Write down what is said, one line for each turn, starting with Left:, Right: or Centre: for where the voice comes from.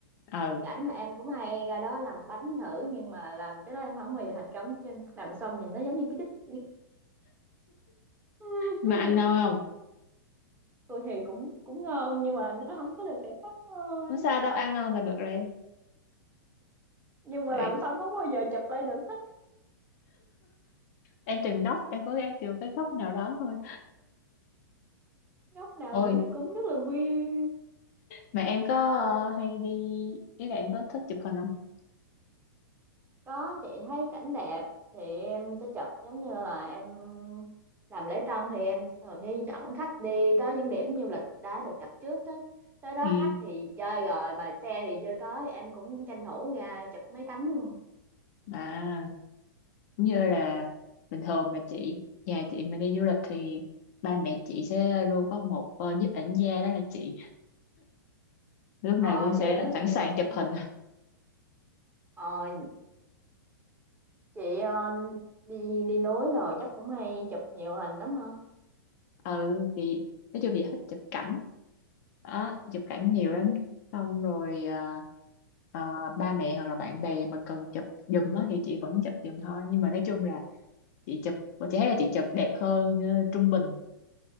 Left: ừ
Right: rảnh là em cũng hay ra đó làm bánh thử nhưng mà làm cái đó em không bao giờ thành công chứ làm xong nhìn nó giống như cái đít vậy. <laughs>
Left: mà ăn ngon không
Right: tôi thì cũng cũng ngon nhưng mà nó không có được đẹp mắt thôi
Left: không sao đâu ăn ngon là được rồi em
Right: nhưng mà
Left: tại
Right: làm xong không bao giờ chụp lại được hết
Left: em tìm góc em cố gắng tìm cái góc nào đó thôi
Right: góc nào
Left: ôi
Right: nhìn nó cũng rất là quy
Left: Mà em có ờ, hay đi ý là em có thích chụp hình không?
Right: có chị thấy cảnh đẹp thì em sẽ chụp giống như là em làm lễ tân thì em thường sẽ dẫn khách đi tới những điểm du lịch đã được đặt trước tới tới đó
Left: Ừ,
Right: khách thì chơi rồi mà xe thì chưa tới em cũng tranh thủ ra chụp mấy tấm luôn
Left: à cũng như là bình thường mà chị nhà chị mà đi du lịch thì ba mẹ chị sẽ luôn có một ờ, nhiếp ảnh gia đó là chị lúc nào
Right: ờ
Left: cũng sẽ
Right: chị cũng thích
Left: sẵn
Right: chụp
Left: sàng
Right: hình
Left: chụp hình
Right: ờ chị ờ, đi đi núi rồi chắc cũng hay chụp nhiều hình lắm ha
Left: ừ thì nói chung chị thích chụp cảnh đó chụp cảnh nhiều lắm xong rồi ờ, ờ, ba mẹ hoặc là bạn bè mà cần chụp giùm á thì chị vẫn chụp giùm thôi nhưng mà nói chung là chị chụp chị thấy là chị chụp đẹp hơn ờ, trung bình